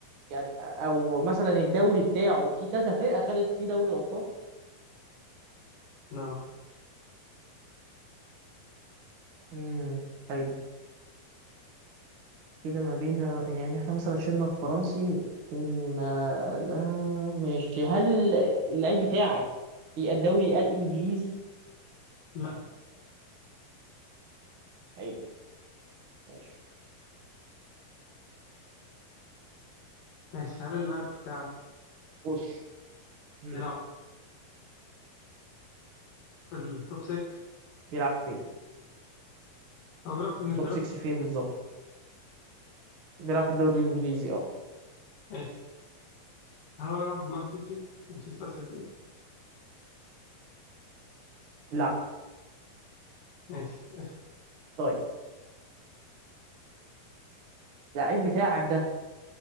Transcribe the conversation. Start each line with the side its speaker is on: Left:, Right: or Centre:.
Right: يعني او مثلا الدوري بتاعه في كذا فرقه خدت فيه دوري الابطال
Left: نعم،
Right: امم حلو كده ما بين يعني احنا مثلا شلنا الفرنسي شلنا ده ماشي هل اللعيب بتاعك في الدوري الانجليزي
Left: لا
Right: حلو ماشي
Left: ماشي هل اللاعب بتاعك
Right: خش امم
Left: بيلعب في التوب 6
Right: بيلعب فين
Left: هو بيلعب في انجلترا
Right: توب 6 فين بالظبط بيلعب في الدوري الانجليزي اه
Left: ماشي هل هو بيلعب في مان سيتي مانشستر سيتي
Right: لا
Left: ماشي اسأل
Right: طيب اللعيب بتاعك ده